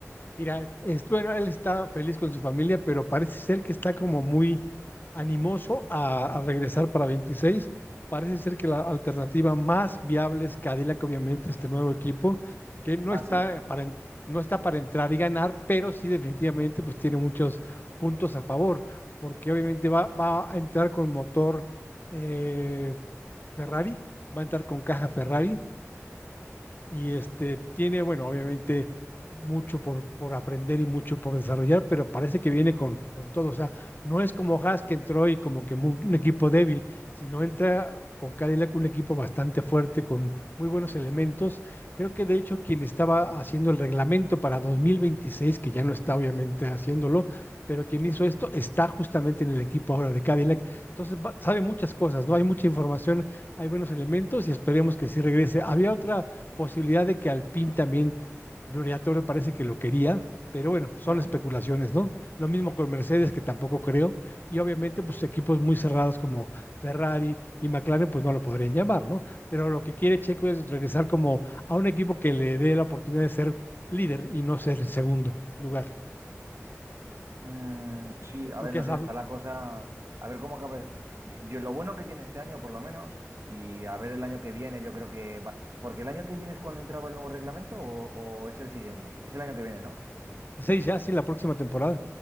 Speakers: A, on the left; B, on the right.
A: Mira, es, bueno, él está feliz con su familia, pero parece ser que está como muy animoso a, a regresar para 26. Parece ser que la alternativa más viable es Cadillac, obviamente, este nuevo equipo, que no
B: Ah,
A: está
B: sí.
A: para, no está para entrar y ganar, pero sí definitivamente pues tiene muchos puntos a favor, porque obviamente va, va a entrar con motor eh, Ferrari, va a entrar con caja Ferrari, y este, tiene, bueno, obviamente mucho por, por aprender y mucho por desarrollar, pero parece que viene con, con todo. O sea, no es como Haas que entró y como que mu- un equipo débil, sino entra con Cadillac un equipo bastante fuerte, con muy buenos elementos. Creo que de hecho quien estaba haciendo el reglamento para 2026, que ya no está obviamente haciéndolo, pero quien hizo esto está justamente en el equipo ahora de Cadillac. Entonces va- sabe muchas cosas, ¿no? Hay mucha información, hay buenos elementos y esperemos que sí regrese. Había otra posibilidad de que Alpine también, Gloria Torre parece que lo quería, pero bueno, son
B: ¿Mm?
A: especulaciones, ¿no? Lo mismo con Mercedes, que tampoco creo, y obviamente, pues equipos muy cerrados como Ferrari y McLaren, pues no lo podrían llamar, ¿no? Pero lo que quiere Checo es regresar como a un equipo que le dé la oportunidad de ser líder y no ser el segundo lugar.
B: Mm, sí, a
A: ¿Tú
B: ver,
A: qué
B: no sé,
A: sabes?
B: está la cosa. A ver cómo acaba. Yo, yo lo bueno que tiene este año, por lo menos, y a ver el año que viene, yo creo que va. Porque el año que viene es cuando entraba el nuevo reglamento o, o es el siguiente. Es el año que viene, ¿no?
A: 26 ya, sí, la próxima temporada.